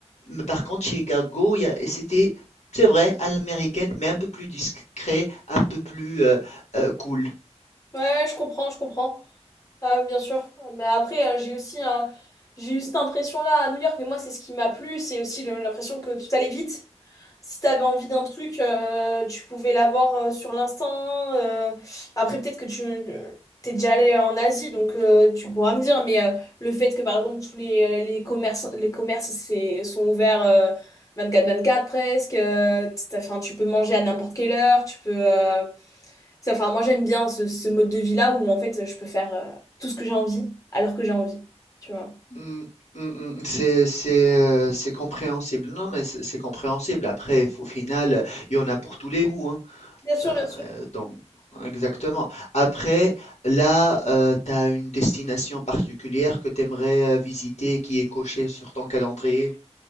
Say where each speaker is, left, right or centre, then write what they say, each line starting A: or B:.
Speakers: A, on the left; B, on the left.
A: Mais par contre, Chicago, il y a et c'était c'est vrai, à l'américaine, mais un peu plus discret, un peu plus, heu heu, cool.
B: Ouais, je comprends, je comprends. Ah, oui, bien sûr. Mais après, euh, j'ai aussi un... j'ai eu cette impression-là à New York, mais moi, c'est ce qui m'a plu. C'est aussi le- l'impression que tout allait vite. Si t'avais envie d'un truc, euh, tu pouvais l'avoir euh, sur l'instant. euh. Après, peut-être que tu euh, t'es déjà allé euh, en Asie, donc euh, tu pourras me dire. Mais euh, le fait que, par exemple, tous les, euh, les commerces, les commerces c'est- sont ouverts euh, 24-24 presque. euh, t'as- enfin, tu peux manger à n'importe quelle heure. Tu peux. euh, ça, Enfin, moi, j'aime bien ce, ce mode de vie-là où, en fait, je peux faire euh, tout ce que j'ai envie, alors que j'ai envie, tu vois.
A: Mmh. Mmh mh. C'est c'est, heu, c'est compréhensible. Non, mais c'est c'est compréhensible. Après, au final, il y en a pour tous les goûts, hein.
B: Bien sûr, bien sûr.
A: Euh, donc, exactement. Après, là, tu as une destination particulière que tu aimerais visiter qui est cochée sur ton calendrier.